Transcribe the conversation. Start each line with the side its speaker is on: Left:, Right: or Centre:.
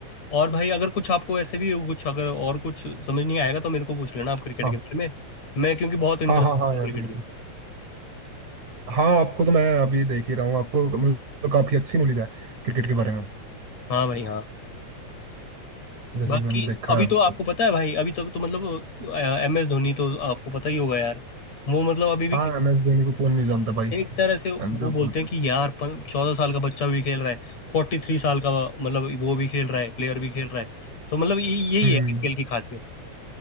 Left: और भाई अगर कुछ आपको ऐसे भी कुछ अगर और कुछ समझ नहीं आएगा तो मेरे को पूछ लेना आप क्रिकेट
Right: हाँ
Left: के बारे में मैं क्योंकि बहुत इंटरेस्ट
Right: हाँ हाँ हाँ
Left: है तो
Right: यार
Left: क्रिकेट
Right: बिल्कुल
Left: में
Right: हाँ आपको तो मैं अभी देख ही रहा हूँ आपको मतलब काफी अच्छी नॉलेज है क्रिकेट के बारे में
Left: हाँ भाई हाँ
Right: जैसे
Left: बाकी
Right: कि मैंने देखा
Left: अभी
Right: है अभी
Left: तो आपको
Right: तक
Left: पता है भाई अभी तक तो, तो मतलब एम एस धोनी तो आपको पता ही होगा यार वो मतलब अभी भी
Right: हाँ
Left: खेल
Right: एम एस धोनी को कौन नहीं जानता भाई
Left: एक तरह से वो
Right: And the-
Left: बोलते हैं कि यार चौदह साल का बच्चा भी खेल रहा है फोर्टी थ्री साल का मतलब वो भी खेल रहा है प्लेयर भी खेल रहा है तो मतलब ये- यही
Right: हम्म
Left: है आईपीएल की खासियत